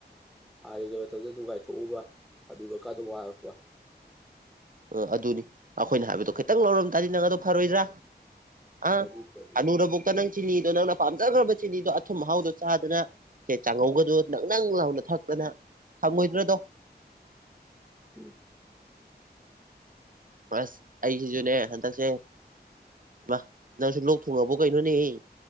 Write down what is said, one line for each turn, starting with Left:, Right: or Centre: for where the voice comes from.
Centre: ꯍꯥꯟꯅꯒꯤ ꯃꯇꯝꯗ ꯅꯨꯡꯉꯥꯏꯊꯣꯛꯎꯕ ꯍꯅꯨꯔꯀꯥꯟꯗ ꯋꯥꯔꯛꯄ
Right: ꯑꯥ ꯑꯗꯨꯅꯤ ꯑꯩꯈꯣꯏꯅ ꯍꯥꯏꯕꯗꯣ ꯈꯤꯇꯪ ꯂꯧꯔꯝ ꯇꯥꯔꯗꯤ ꯅꯪ ꯑꯗꯣ ꯐꯔꯣꯏꯗ꯭ꯔꯥ ꯑ
Centre: ꯐꯅꯤ ꯐꯅꯤ
Right: ꯍꯅꯨꯨꯔꯕꯧꯇ ꯅꯪ ꯆꯤꯅꯤꯗꯣ ꯅꯪꯅ ꯄꯥꯝꯖꯈ꯭ꯔꯕ ꯆꯤꯅꯤꯗꯣ ꯑꯊꯨꯝ ꯑꯍꯥꯎꯗꯣ ꯆꯥꯗꯅ ꯁꯦ ꯆꯥꯡꯉꯧꯒꯗꯣ ꯅꯪ ꯅꯪ ꯂꯥꯎꯅ ꯊꯛꯇꯅ ꯐꯪꯉꯣꯏꯗ꯭ꯔꯗꯣ
Centre: ꯎꯝ
Right: ꯄꯁ ꯑꯩꯁꯤꯁꯨꯅꯦ ꯍꯟꯗꯛꯁꯦ ꯃꯥ ꯅꯪꯁꯨ ꯂꯣꯛ ꯊꯨꯡꯉꯕꯣ ꯀꯩꯅꯣꯅꯦꯍꯦ